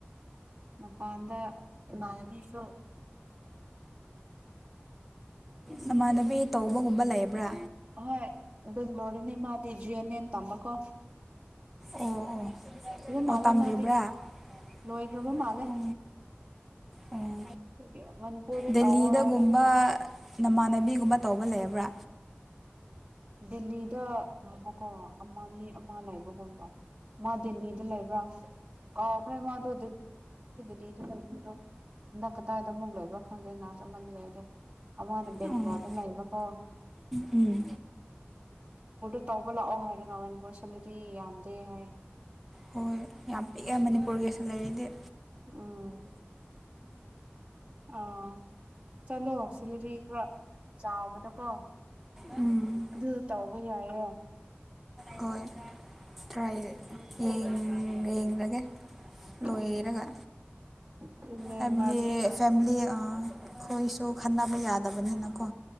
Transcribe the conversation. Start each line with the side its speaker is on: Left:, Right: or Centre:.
Right: ꯃꯄꯥꯟꯗ ꯏꯃꯥꯟꯅꯕꯤ ꯁꯨ <inaudible>
Centre: ꯅꯃꯥꯟꯅꯕꯤ ꯇꯧꯕꯒꯨꯝꯕ ꯂꯩꯕ꯭ꯔꯥ
Right: ꯍꯣꯏ ꯕꯦꯡꯒ꯭ꯂꯣꯔꯗꯅꯦ ꯃꯥꯗꯤ ꯖꯤ ꯑꯦꯟ ꯑꯦꯟ ꯇꯝꯕ ꯀꯣ
Centre: ꯑꯣ ꯑꯣ
Right: ꯃꯥꯜꯂꯦ
Centre: ꯑꯣ ꯇꯝꯔꯤꯕ꯭ꯔꯥ
Right: ꯃꯥꯗꯤ
Centre: ꯑꯣ
Right: ꯂꯣꯏꯈ꯭ꯔꯕ ꯃꯥꯜꯂꯦ
Centre: ꯑꯣ
Right: ꯑꯗꯨꯒꯤ ꯃꯅꯤꯄꯨꯔꯗ
Centre: ꯗꯦꯜꯂꯤꯗꯒꯨꯝꯕ
Right: ꯇꯧꯋꯣ ꯍꯥꯏꯔ
Centre: ꯅꯃꯥꯟꯅꯕꯤꯒꯨꯝꯕ ꯇꯧꯕ ꯂꯩꯕ꯭ꯔꯥ
Right: ꯗꯦꯜꯂꯤꯗ ꯉꯥꯢꯈꯣ ꯀꯣ ꯑꯃꯅꯤ ꯑꯃ ꯂꯩꯕ꯭ꯔ ꯒꯨꯝ ꯇꯧ ꯃꯥ ꯗꯦꯜꯂꯤꯗ ꯂꯩꯕ꯭ꯔꯥ ꯀꯥꯎꯈ꯭ꯔꯦ ꯃꯥꯗꯣ <inaudible> ꯍꯟꯗꯛ ꯀꯗꯥꯏꯗ ꯑꯃꯨꯛ ꯂꯩꯕ꯭ꯔꯥ ꯈꯪꯗꯦ ꯅꯔꯁ ꯑꯃꯗꯤ ꯂꯩ ꯔꯦ ꯑꯃꯅ ꯕꯦꯡꯒ꯭ꯂꯣꯔꯗ
Centre: ꯎꯝ
Right: ꯂꯩꯕꯀꯣ
Centre: ꯎꯝ
Right: <inaudible> ꯂꯥꯛꯑꯣ ꯍꯥꯏꯔꯒ ꯃꯅꯤꯄꯨꯔ ꯁꯦꯂꯔꯤ ꯌꯥꯝꯗꯦ ꯍꯥꯏ ꯌꯦ
Centre: ꯍꯣꯏ ꯌꯥꯝ ꯄꯤꯛꯑꯦ ꯃꯅꯤꯄꯨꯔꯒꯤꯁꯨ <inaudible> ꯅꯦ
Right: ꯎꯝ ꯑꯥ ꯆꯠꯂꯣ ꯁꯤꯂꯤꯇꯔꯤ ꯈꯔ ꯆꯥꯎꯕꯗꯀꯣ
Centre: ꯎꯝ
Right: ꯑꯗꯨ ꯇꯧꯕ ꯌꯥꯏ ꯑꯌꯣ
Centre: ꯍꯣꯏ ꯇ꯭ꯔꯥꯑꯦ ꯌꯦꯡ ꯌꯦꯡꯂꯥ ꯒꯦ
Right: ꯎꯝ
Centre: ꯂꯣꯏꯔꯒ
Right: ꯑꯗꯨꯅꯦ
Centre: ꯍꯥꯏꯕꯗꯤ
Right: ꯅꯔꯁꯤꯡ
Centre: ꯐꯦꯃꯤꯂꯤ ꯑ ꯑꯩꯈꯣꯏꯁꯨ ꯈꯟꯅꯕ ꯌꯥꯗꯕꯅꯤꯅ ꯀꯣ